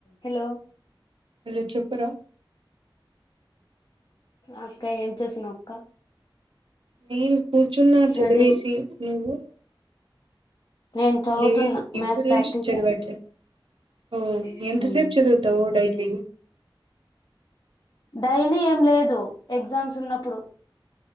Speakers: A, on the left; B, on the right.
A: Hello
B: hello చెప్పురా
A: అక్క ఏం చేస్తున్నావ్ అక్క
B: నేను కూర్చున్నా
A: స్టడీ
B: చదివేసి నువ్వు
A: నేను చదువుతున్నా
B: లేదు ఇప్పుడేం
A: మ్యాథ్స్ ప్రాక్టీస్
B: చదవట్లే ఓ
A: చేస్తున్నా
B: ఎంత సేపు చదువుతావు డైలీ
A: డైలీ ఏం లేదు ఎగ్జామ్స్ ఉన్నప్పుడు